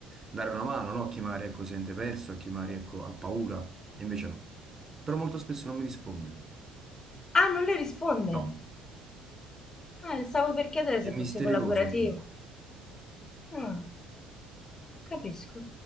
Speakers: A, on the right; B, on the left.
A: dare una mano, no? A chi magari ecco, si sente perso, a chi magari ecco, ha paura, e invece no. Però molto spesso non mi risponde,
B: Ah, non le risponde.
A: no,
B: Ah, le stavo per chiedere
A: è
B: se
A: misterioso
B: fosse collaborativo.
A: comunque.
B: Ah. Capisco.